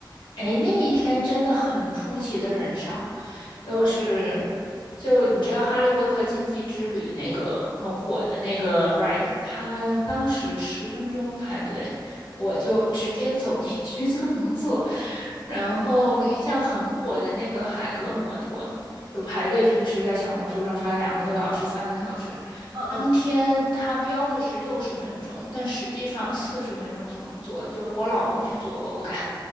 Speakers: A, on the left; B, on the right.
A: 诶，那一天真的很出奇的人少，
B: 哇塞，
A: 就是，就你知道《哈利波特禁忌之旅》那个很火的那个 ride，它当时十分钟排队，我就直接走进去 <laughs> 就能坐。然后像很火的那个海格摩托，就排队平时在小红书上刷两个多小时、三个小时，
B: 嗯嗯，
A: 当天他标的是六十分钟，但实际上四十分钟就能坐，就是我老公去做，我不敢。